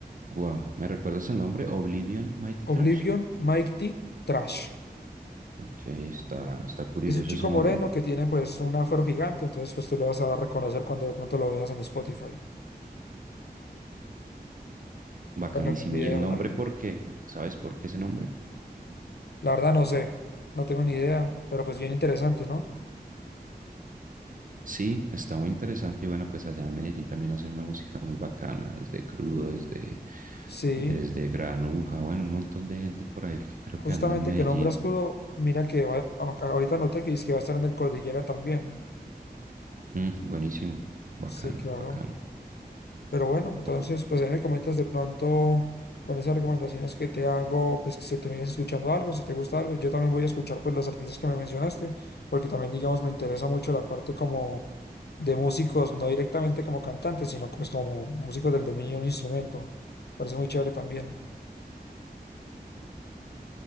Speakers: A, on the right (about 55°); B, on the left (about 80°).
A: Wow, ¿me recuerdas el nombre? Oblivion Mighty Trash.
B: Oblivion Mighty Trash.
A: Ok, está, está curioso
B: Es un chico
A: ese
B: moreno
A: nombre.
B: que tiene pues un afro gigante, entonces pues tú lo vas a reconocer cuando de pronto lo veas en Spotify
A: Bacanísimo.
B: o en algún video
A: Y el nombre,
B: o algo.
A: ¿por qué? ¿Sabes por qué ese nombre?
B: La verdad no sé, no tengo ni idea, pero pues bien interesante, ¿no?
A: Sí, está muy interesante. Y bueno, pues allá en Medellín también hacen una música muy bacana, desde Crudo, desde,
B: Sí,
A: desde Granuja, bueno, un montón de gente por ahí que creo
B: justamente
A: que anda en Medellín.
B: que nombras Curo, mira que va- a- ahorita noté que dice que va a estar en el Cordillera también.
A: Mm, buenísimo, bacano,
B: Sí, claro.
A: bacano.
B: Pero bueno, entonces
A: No, pues,
B: pues ahí me comentas de pronto con esas recomendaciones que te hago, pues que si terminas escuchando algo, si te gusta algo, yo también voy a escuchar pues los artistas que me mencionaste, porque también digamos me interesa mucho la parte como de músicos, no directamente como cantantes, sino pues como músicos del dominio de un instrumento. Parece muy chévere también.